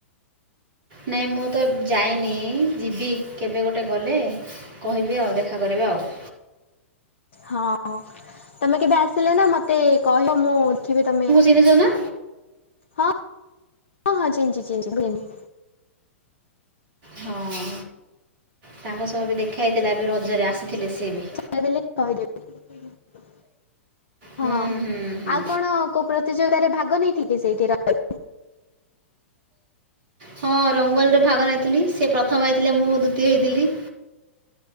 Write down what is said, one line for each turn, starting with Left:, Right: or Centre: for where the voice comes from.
Right: ନାଇଁ ମୁଁ ତ ଯାଇନି ଯିବି କେବେ ଗୋଟେ ଗଲେ। କହିବି ଆଉ ଦେଖା କରିବା ଆଉ।
Left: ହଁ ତମେ କେବେ ଆସିଲେ ନାଁ ମତେ କହିବ ମୁଁ ଥିବି ତମେ
Right: ଚିନିଚ ନାଁ?
Left: ହଁ ହଁ ଚିନିଚି ଚିନିଚି।
Right: ହଁ ତାଙ୍କ ସହ ବି ଦେଖାହେଇଥିଲା ଏବେ ରଜରେ ଆସିଥିଲେ ସେ ବି।
Left: ଆରେ ହେ କହିଦେବି
Right: ହୁଁ
Left: ହଁ।
Right: ହୁଁ ହୁଁ
Left: ଆଉ କଣ କୋଉ ପ୍ରତିଯୋଗିତାରେ ଭାଗ ନେଇଥିଲି କି ସେଇଠି ରହିବି।
Right: ହଁ ରଙ୍ଗଲରେ ଭାଗ ନେଇଥିଲି ସେ ପ୍ରଥମରେ ଥିଲେ ମୁଁ ଦ୍ୱିତୀୟ ତୀୟ ହୋଇଥିଲି।